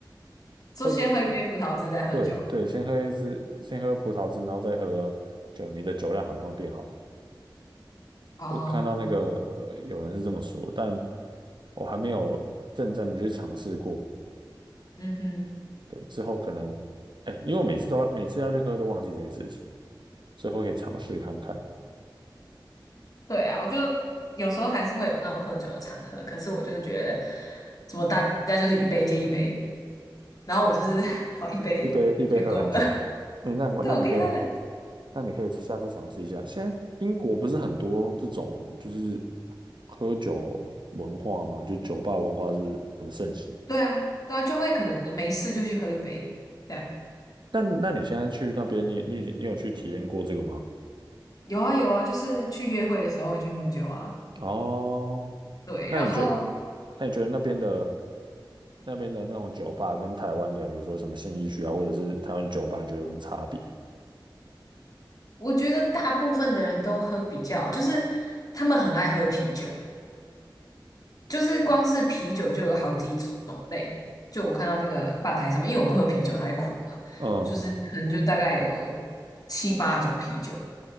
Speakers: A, on the left; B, on the right.
A: 就先喝一杯葡萄汁再喝酒。
B: 喝葡，对对，先喝一支，先喝葡萄汁，然后再喝酒，你的酒量好像会变好。
A: 哦，
B: 我看到那个呃有人是这么说，但我还没有认真的去尝试过。
A: 嗯哼，
B: 对，之后可能，哎，因为我每次都要每次要去喝都忘记这件事情，之后可以尝试看看。
A: 对啊，我就有时候还是会有那种喝酒的场合，可是我就是觉得，怎么大家就是一杯接一杯，然后我就是 <laughs> 好一杯就够了。
B: 一杯一杯喝很久。嗯，那那你可以，
A: 对，我可以喝很，
B: 那你可以下次尝试一下。现在英国不是很多这种就是喝酒文化吗？就酒吧文化是很盛行。
A: 对啊，对啊，就会可能没事就去喝一杯，这样
B: 那那你现在去那边，你你你有去体验过这个吗？
A: 有啊有啊，就是去约会的时候会去喝酒啊，
B: 哦，
A: 对，
B: 那你觉得，
A: 然后
B: 那你觉得那边的那边的那种酒吧跟台湾的，比如说什么信义区啊，或者是台湾酒吧，你觉得有什么差别？
A: 我觉得大部分的人都喝比较，就是他们很爱喝啤酒，就是光是啤酒就有好几种类，就我看到那个吧台上面，因为我不喝啤酒，它会苦嘛，
B: 嗯，
A: 就是可能就大概有七八种啤酒，